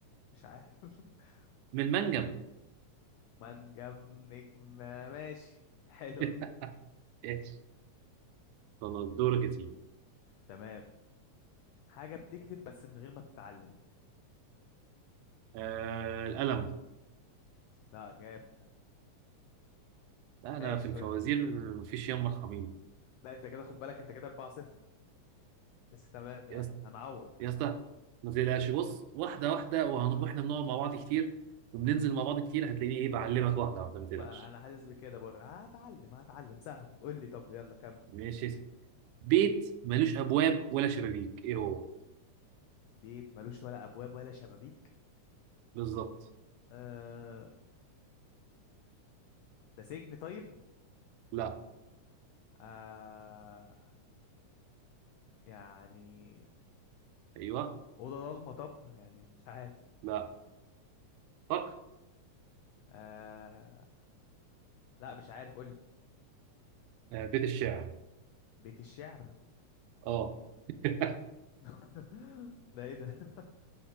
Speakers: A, on the left; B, on the right.
A: مش عارف <laughs>
B: من المنجم
A: منجم نجمة ماشي حلوة
B: <laughs> ايش خلاص دورك يا سيدي
A: تمام حاجة بتكتب بس من غير ما بتتعلم
B: آه القلم
A: لا جامد
B: لا،
A: <laughs>
B: أنا
A: ماشي
B: في الفوازير
A: قول لي
B: مفيش يوم مرحبين
A: لا انت كده خد بالك انت كده 4 0 بس تمام يعني
B: يا اسطى
A: هنعوض
B: يا اسطى ما تقلقش بص واحده واحده وهن- واحنا بنقعد مع بعض كتير وبننزل مع بعض كتير هتلاقيني ايه بعلمك واحده واحده ما تقلقش
A: ما انا أنا حاسس بكده برضه هتعلم هتعلم سهل قول لي طب يلا كمل
B: ماشي يا سيدي بيت ملوش ابواب ولا شبابيك ايه هو
A: بيت ملوش ولا ابواب ولا شبابيك
B: بالظبط
A: آه ده سجن طيب
B: لا
A: آه يعني
B: ايوه
A: اوضه ضلمه طب يعني مش عارف
B: لا فكر
A: آه لا مش عارف قول لي
B: آه بيت الشعر
A: بيت الشعر
B: اه <laughs>
A: <laughs> ده ايه ده <laughs>